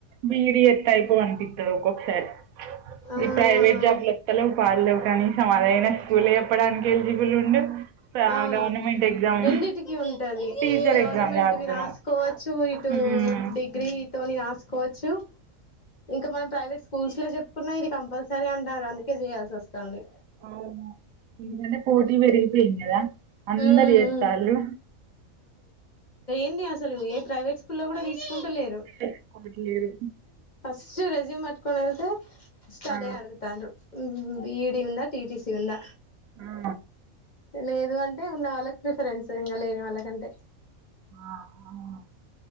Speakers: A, on the right (about 90°); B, on the left (about 45°).
A: బి ఇ డి చేత్తె అయిపోను అనిపిత్తాది ఒక్కొకసారి
B: ఆ
A: ఈ ప్రైవేట్ జాబ్లు వస్తలే పా లేవు కానీ సమాదైన స్కూల్ ఎప్పడానికి ఎలిజిబుల్ ఉండు సా
B: అవును
A: గవర్నమెంట్ ఎగ్జామ్
B: రెండిటికి ఉంటది
A: టీచర్ ఎగ్జామ్
B: గవర్నమెంట్వి
A: రాస్తున్నావు
B: రాసుకోవచ్చు ఇటు
A: మ్మ్
B: డిగ్రీతోని రాసుకోవచ్చు ఇంకా మనం ప్రైవేట్ స్కూల్స్ లో చెప్పుకున్నా ఇది కంపల్సరీ అంటారు అందుకే చేయాల్సి వస్తుంది
A: అవును ఎదైన పోటీ పెరిగిపోయింది కదా అందరూ
B: ఉమ్
A: ఏత్తాల్లు
B: టి అస్సలు ఏ ప్రైవేట్ స్కూల్లో కూడా తీసుకు లేరు
A: చేసుకోవట్లేరు
B: ఫస్ట్ రెస్యూమ్ ప కొనల్ల్తే స్టాడీ
A: ఆ
B: అడుగుతాడు బి ఇ డి ఉంద టిటిసి ఉంద
A: ఆ
B: లేదు అం వాళ్ళకి ప్రిఫరెన్స్ ఇంగ లేని వాళ్ళకంటే
A: ఆ అవును